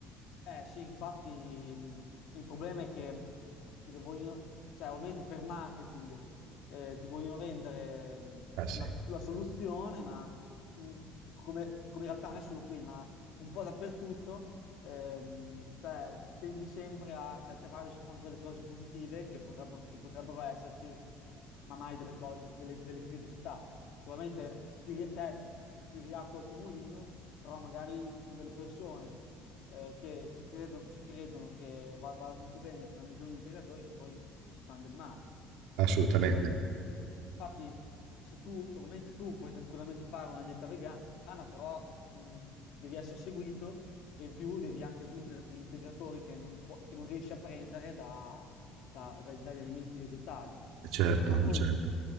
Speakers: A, on the left; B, on the right.
A: Eh sì, infatti mh, il problema è che ti vogliono, cioè ovviamente per marketing eh, ti vogliono vendere mh,
B: Ah, sì.
A: la, la soluzione, ma in- come, come in realtà non è solo qui, ma un po' dappertutto, ehm, cioè, tendi sempre a, cioè, te parli soltanto delle cose positive che potrebbero, che potrebbero esserci, ma mai delle cose, delle, delle criticità, che ovviamente ti, ri- te, ti riacqua il tuo mulino, però magari ci sono delle persone eh, che ci credono, ci credono che va- vada tutto bene, che non hanno bisogno di integratori, che poi ci fanno del male.
B: Assolutamente,
A: Ehm, infatti, se tu, ovviamente tu puoi tranquillamente fare una dieta vegana, però mh, devi essere seguito e in più devi anche aggiungere degli integratori che non, pu- che non riesci a prendere da- da- dagli dagli alimenti vegetali.
B: certo,
A: E poi
B: certo.